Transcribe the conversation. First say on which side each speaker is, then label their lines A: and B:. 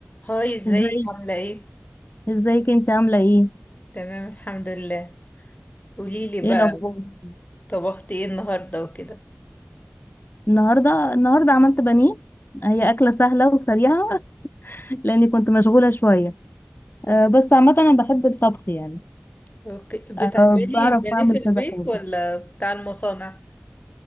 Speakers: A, on the left; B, on the left.
A: هاي ازيك
B: ازاي
A: عاملة ايه؟
B: ازيك انت عامله ايه
A: تمام الحمد لله قوليلي
B: ايه
A: بقى
B: الاخبار
A: طبختي ايه النهاردة وكده
B: النهارده النهارده عملت بانيه هي اكله سهله وسريعه <laughs> لاني كنت مشغوله شويه
A: أو-
B: أه بس عامه انا بحب الطبخ يعني
A: اوكي بتعملي
B: أه بعرف
A: البانيه
B: اعمل
A: في البيت
B: كذا حاجه
A: ولا بتاع المصانع؟